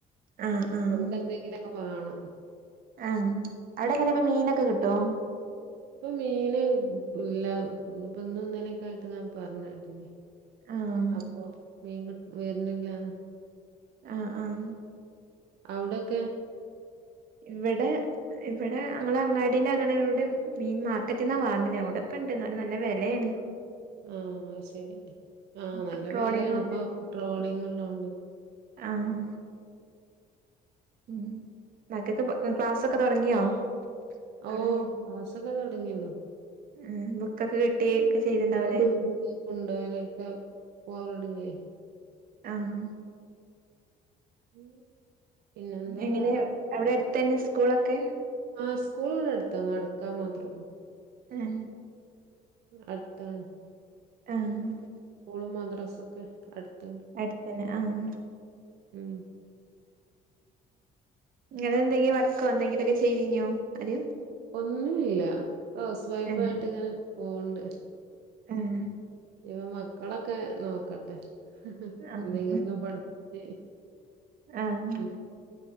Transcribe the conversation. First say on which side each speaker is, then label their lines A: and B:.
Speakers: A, on the right (about 55°); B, on the right (about 80°).
A: ആഹ് ആഹ്
B: അവർക്ക് എന്തെങ്കിലൊക്കെ വാണം
A: ആഹ് അവിടെ എങ്ങനെ ഇപ്പ മീനൊക്കെ കിട്ടുവോ
B: ഇപ്പൊ മീന് ഇല്ല ഇപ്പ ഇന്ന്ന്നിലക്കെ ആയിട്ട് ഞാൻ പറഞ്ഞട്ടെ
A: ആഹ്
B: അപ്പൊ മീൻ വരുന്നില്ലന്ന്
A: ആഹ ആഹ
B: അവിടൊക്കെ
A: ഇവിടെ ഇവിടെ ഞങ്ങള് അങ്ങാടിൻ്റെ അങ്ങനെട് മീൻ മാർക്കറ്റിൽന്നാ വാങ്ങലേ അവിടപ്പണ്ട് എന്ന നല്ല വിലയാണ്
B: ആഹ ശരി ആഹ
A: ഇപ്പൊ
B: നല്ല
A: ട്രോളിങ്ങും
B: വലയാണ് ഇപ്പൊ ട്രോളിംങ്ങ് ഉള്ളതോണ്ട്
A: ആഹ ഉം മക്കൊക്കെ ക്ലാസ്ക്കെ തുടങ്ങിയോ
B: ഓ
A: തുടങ്ങി
B: ക്ലാസ്സൊക്കെ തുടങ്ങിയല്ലോ
A: ഉ ബുക്കൊക്കെ കിട്ടി ഒക്കെ ചെയ്തിണ്ടാവുല്ലേ
B: ണ്ട്ക്ക <unintelligible> പോകല്ലുടങ്ങി
A: ആഹ
B: <inaudible> പിന്നെന്താ
A: എങ്ങനെ
B: വേറെ
A: എവിടെ അടുത്ത തന്നെ സ്കൂളൊക്കെ
B: ആ സ്കൂള് അടുത്താ നടക്കാൻ മാത്രള്ളൂ
A: ഉം
B: അടുത്താൻ
A: ആഹ
B: സ്കൂളും മദ്രാസ ഒക്കെ അടുത്തണ്ട്
A: അടുത്തന്നെ ആഹ്
B: ഉ
A: ഇങ്ങള് എന്തെങ്കിലും വർക്കോ എന്തെങ്കിലുംക്കെ ചെയ്തീനോ ആദ്യം
B: ഒന്നുല്ല പ്പൊ ഹൗസ് വൈഫായിട്ടിങ്ങനെ
A: ഏഹ്
B: പോവണ്ട്
A: ഏഹ്
B: ഇഞ്ഞ്പ്പ മക്കളൊക്കെ നോക്കട്ടെ
A: ആഹ്
B: എന്തെങ്കിലുക്കൊ പഠിപ്പിച്ച്
A: ആഹ്
B: ഉം